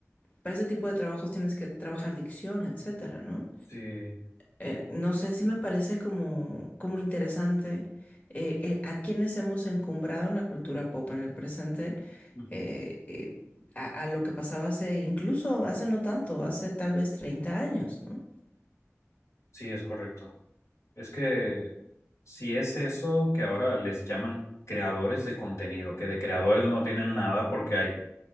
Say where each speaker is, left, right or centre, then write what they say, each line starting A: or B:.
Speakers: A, on the left (about 30°); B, on the left (about 65°).
A: para ese tipo de trabajos tienes que trabajar dicción, etcétera, ¿no?
B: Sí,
A: eh, no sé si me parece como, como interesante eh, eh, a quienes hemos encumbrado en la cultura pop en el presente,
B: ujú,
A: eh, eh, a, a lo que pasaba hace, incluso hace no tanto, hace tal vez 30 años, ¿no?
B: sí, es correcto. Es que si es eso que ahora les llaman creadores de contenido, que de creadores no tienen nada porque hay,